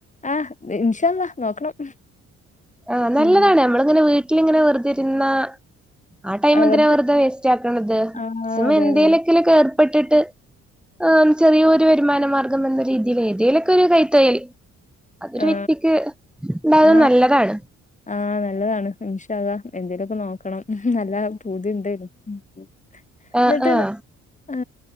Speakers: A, on the left (about 25°); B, in the centre.
A: ആഹ് ഇൻഷള്ളാഹ് നോക്കണം
B: ആഹ് നല്ലതാണ്
A: ഉം.
B: നമ്മളിങ്ങനെ വീട്ടിലിങ്ങനെ വെറുതെ ഇന്ന ആ ടൈം
A: അവർക്ക്
B: എന്തിനാ വെറുത വേസ്റ്റ് ആക്ക്ണത്
A: ആ അതെ
B: എന്തേലൊ
A: അതെ അതെ
B: -- പെട്ടിട്ട് ആ ചെറിയൊരു വരുമാനമാർഗ്ഗം എന്ന രീതിയില് ഏതേലൊക്കെരു കൈതൊഴിൽ അതൊരു
A: ആ
B: വ്യക്തിക്ക്ണ്ടാകുന്നത്
A: ആ
B: നല്ലതാണ്
A: ആ നല്ലതാണ് ഇൻഷാ അള്ളാ എന്തേലോക്കെ നോക്കണം നല്ല പൂതിണ്ട് ന്നിട്ട്
B: ആഹ് ആഹ്
A: ആ